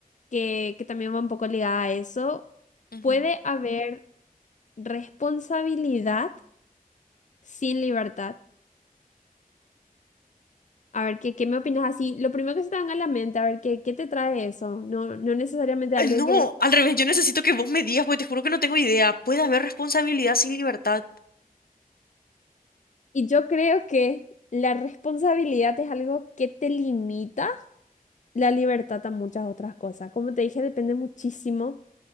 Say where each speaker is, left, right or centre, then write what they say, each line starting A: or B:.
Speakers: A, on the left; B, on the left.
A: que, que también va un poco ligada a eso.
B: Ujú.
A: ¿Puede haber responsabilidad sin libertad? A ver, ¿qué, qué me opinas así? Lo primero que se te venga a la mente, a ver, ¿qué, qué te trae eso? No, no necesariamente
B: Ay,
A: algo
B: no,
A: que...
B: al revés, yo necesito que vos me digas porque te juro que no tengo idea. ¿Puede haber responsabilidad sin libertad?
A: Y yo creo que la responsabilidad es algo que te limita la libertad a muchas otras cosas. Como te dije, depende muchísimo.